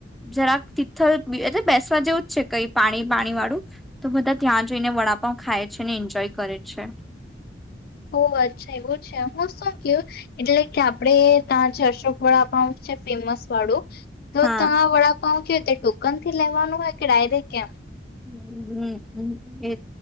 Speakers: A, in the centre; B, on the left (about 55°).
A: જરાક તિથલ એટલે બેસવા જેવું જ છે કઈ પાણી પાણી વાળું, તો બધા ત્યાં જઈને વડા પાવ ખાય છે ને ઇન્જોય કરે છે.
B: <inaudible> ઓ અચ્છા એવું છે. હું શું કેઉ, એટલે કે આપડે તા જે અશોક વડાપાવ છે ફેમસ વાળું તો
A: હા
B: તા વડાપાઉ કેરીતે ટોકન થી લેવાનું હોય કે ડાયરેક્ટ કેમ?
A: હમ્મ હમ્મ એ,